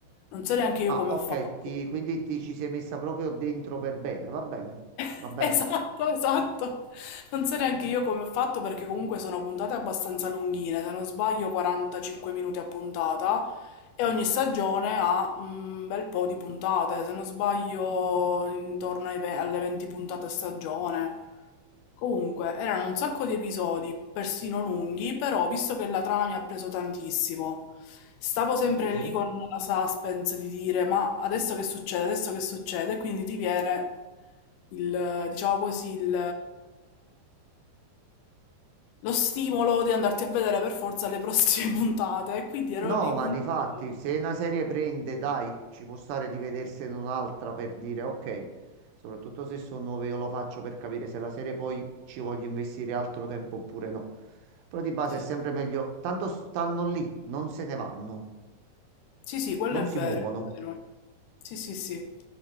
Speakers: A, on the left; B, on the right.
A: Non so neanche io
B: Ah,
A: come
B: ok,
A: ho fatto.
B: ti- quindi ti ci sei messa proprio dentro per bene, va bene, va
A: <laughs>
B: bene.
A: Esatto, esatto. Non so neanche io come ho fatto perché comunque sono puntate abbastanza lunghine, se non sbaglio 45 minuti a puntata e ogni stagione ha un bel po' di puntate, se non sbaglio intorno ai ve- alle 20 puntate a stagione. Comunque, erano un sacco di episodi, persino lunghi, però visto che la trama mi ha preso tantissimo, stavo sempre
B: Sì.
A: lì con la suspense di dire ma adesso che succede, adesso che succede, e quindi ti viene il, diciamo così, il, lo stimolo di andarti a vedere per forza le prossime <laughs> puntate, e quindi ero
B: No,
A: lì
B: ma
A: puntino.
B: di fatti, se una serie prende, dai, ci può stare di vedersene un'altra per dire ok, soprattutto se sono nuove, io lo faccio per capire se la serie poi ci voglio investire altro tempo oppure no. Però di base
A: Sì,
B: è sempre
A: sì.
B: meglio, tanto stanno lì, non se ne vanno,
A: Sì, sì, quello
B: non
A: è
B: si
A: vero,
B: muovono.
A: è vero. Sì, sì, sì.